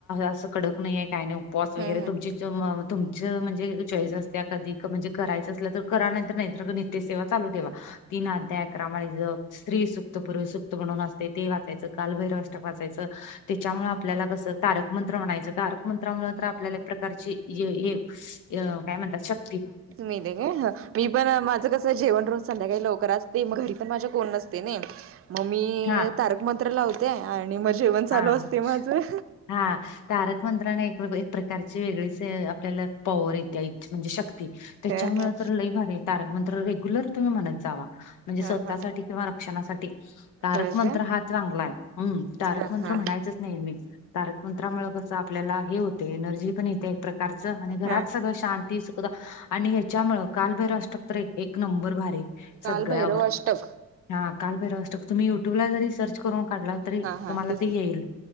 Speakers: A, on the left (about 85°); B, on the right (about 50°).
A: असं कडक नाही आहे. काही नाही उपवास वगैरे
B: हम्म हम्म
A: तुमची तुमच म्हणजे चॉईस असत्या कधी म्हणजे करायचं. असल तर करा नाहीर नित्यसेेवा चालू ठेवा तीन अध्याय अकरा माळी जप स्त्री सुक्त, पुरुष सुक्त म्हणून असते ते वाचायचं. कालभैरवाष्टक वाचायचं. त्याच्यामुळे आपल्याला कसं तारक मंत्र म्हणायचं तारक मंत्रा म्हटल तर आपल्याला एक प्रकारची हे हे अ काय म्हणतात. शक
B: मिळते काय ह मी पण काय माझं कसं जेवण संध्याकाळी लवकर असते. मग घरी पण माझ्या कोण नसतेय, ना मग मी
A: हा
B: तारक मंत्र लावत. ते आणि मग जेवण
A: हा
B: चालू असते. माझं
A: हा तारक मंत्राने एक एक प्रकारची वेगळीच आपल्याला पॉवर येते म्हणजे शक्त क्ती त्याच्यामुळे
B: ह ह
A: तर लई भारी मंत्र रेग्युलर तुम्ही म्हणत जावा. म्हणजे
B: हा
A: स्वतःसाठी
B: हा
A: किंवा रक्षणासाठी तारक
B: होय
A: मंत्र
B: काय
A: हा चांगला आहे. हम् तारक
B: हा
A: मंत्र
B: हा
A: म्हणायच नाही. मी तारक मंत्रामुळे कसं! आपल्याला हे होते एनर्जी पण येते. प्रकारच आणि घरात
B: हा
A: सगळ शांत आणि ह्याच्यामुळ, कालभैरव अष्टक तर एक नंबर भारी.
B: काल
A: सगळ्यावर,
B: भैरव अष्टक
A: हा कालभैरव अष्टक तुम्ही युट्यूबला जरी सर्च करून काढला तरी
B: हा हा
A: तुम्हाला
B: तेच
A: ते येईल.